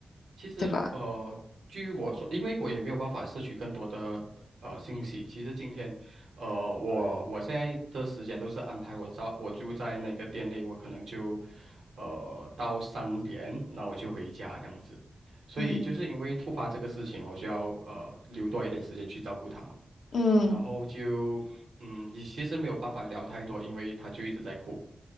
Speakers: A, on the right (about 85°); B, on the left (about 85°).
A: 其实呃，
B: 对吧？
A: 据我说，因为我也没有办法摄取更多的呃信息。其实今天，呃，我我现在的时间都是安排我早，我就在那个店内，我可能就呃到三点，那我就回家这样子。所以就是因为突发这个事情，
B: 嗯
A: 我就要呃留多一点时间去照顾他嘛。
B: 嗯
A: 然后就嗯，你其实没有办法聊太多，因为他就一直在哭，